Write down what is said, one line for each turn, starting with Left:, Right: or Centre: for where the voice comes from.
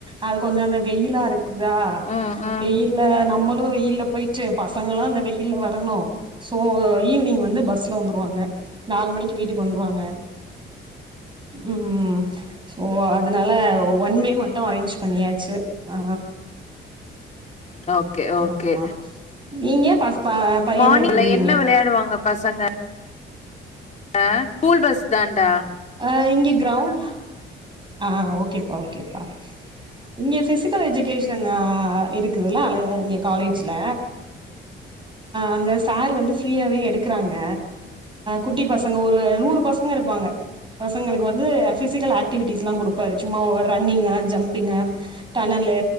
Right: அது கொஞ்ச அந்த வெயிலா இருக்குதா
Left: ம், ம்.
Right: வெயில நம்ம <unintelligible> வெயில போயிட்டு பசங்களா இந்த வெயில்ல வரணும் சோ ஈவ்னிங் வந்து பஸ்ல வந்துருவாங்க நாலு மணிக்கு வீட்டுக்கு வந்துருவாங்க ம் சோ அதனால ஒன் வே மட்டும் அரேஞ்ச் பண்ணியாச்சு ஆ
Left: ம் ஓகே ஓகே
Right: ஆமா நீங்க பாஸ் ப பையன
Left: மார்னிங்ல
Right: எப்டி உடுவிங்க
Left: என்ன பசங்க அ ஸ்கூல் பஸ் தான்டா
Right: அ இங்க கிரவுண் ஆ ஓகேப்பா ஓகேப்பா இங்க பிசிக்கல் எஜுகேஷன் அ இருக்குதுல இங்க காலேஜ்ல அங்க சார் வந்து ஃப்ரீயாகவே எடுக்கறாங்க குட்டி பசங்க ஒரு நூறு பசங்க இருப்பாங்க பசங்களுக்கு வந்து ஃபிசிக்கல் ஆக்டிவிட்டிஸ்லா குடுப்பாரு சும்மா ரன்னிங்கு ஜம்பிங்கு டனலு